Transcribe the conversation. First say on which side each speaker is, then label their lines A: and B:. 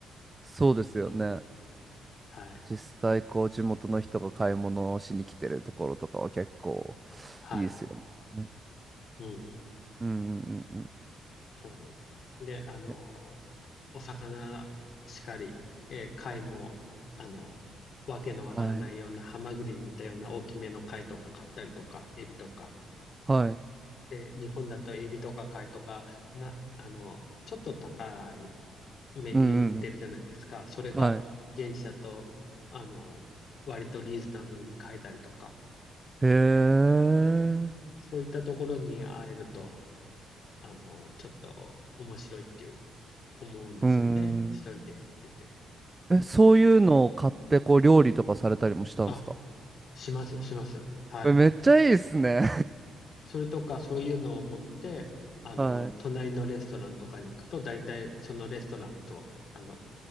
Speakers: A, on the right (about 25°); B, on the left (about 60°).
A: そうですよね。
B: うん。はい。
A: 実際こう地元の人が買い物をしに来てるところとかは結構
B: はい。
A: いいですよね。
B: うん。
A: うんうんうんうん。い
B: そう。で、あの、
A: や、
B: お魚しかり、えー貝も、あの、わけのわからないようなハマグリに似たような大きめの貝とか買ったりとか、
A: はい。
B: エビとか。
A: はい。
B: で、日本だとエビとか貝とか、な、あの、ちょっと高い目に売ってるじゃないですか。
A: うんうん
B: それが現地だと、
A: うん。はい。
B: あの、割とリーズナブルに買えたりとか。
A: へえ。
B: そういったところに会えると、あの、ちょっと面白いっていう思うんですよね。
A: うん。
B: 一人で行ってて。
A: え、そういうのを買ってこう料理とかされたりもしたんですか
B: うん。あ、します、します。はい。
A: え、めっちゃいいっすね。
B: それとか、そういうのを持って、あの、
A: <laughs> はい。
B: 隣のレストランとかに行くと、大体そのレストランと、あの、